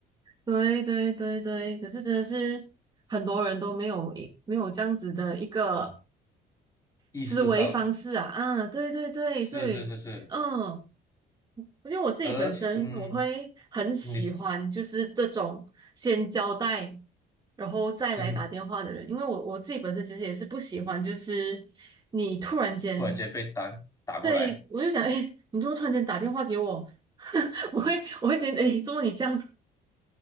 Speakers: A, on the right; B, on the left.
A: 对对对对，可是真的是很多人都没有一没有这样子的一个。
B: <laughs> 意识到，
A: 思维方式啊，啊，对对对，
B: 是是是是，
A: 所以，嗯，我觉得我自己本身我会很喜欢，
B: 而且，嗯，你。
A: 就是这种先交代，然后再来打电话的人，
B: 嗯哼
A: 因为我我自己本身其实也是不喜欢，就是你突然间，
B: 突然间被打打过来，
A: 对，我就想，哎，你怎么突然间打电话给我？<laughs> 我会我会先，哎，怎么你这样？